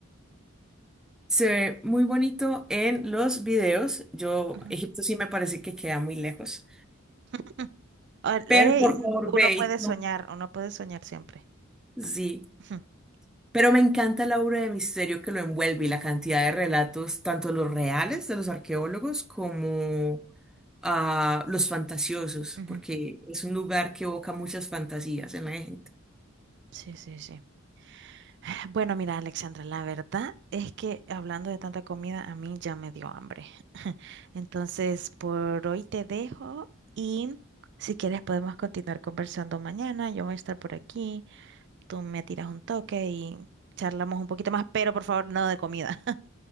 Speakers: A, in the centre; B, on the right (about 55°).
A: Se ve muy bonito en los videos. Yo,
B: Ujú.
A: Egipto sí me parece que queda muy lejos,
B: <laughs> Ah, ey,
A: pero por favor
B: uno
A: ve. y-
B: puede soñar, uno puede soñar siempre.
A: Sí.
B: <laughs>
A: Pero me encanta la obra de misterio que lo envuelve y la cantidad de relatos, tanto los reales de los arqueólogos como ah, los fantasiosos,
B: Ujú.
A: porque es un lugar que evoca muchas fantasías en la gente.
B: Sí, sí, sí. <sighs> Bueno, mira, Alexandra, la verdad es que hablando de tanta comida, a mí ya me dio hambre. <laughs> Entonces, por hoy te dejo y si quieres podemos continuar conversando mañana. Yo voy a estar por aquí, tú me tiras un toque y charlamos un poquito más, pero por favor, no de comida.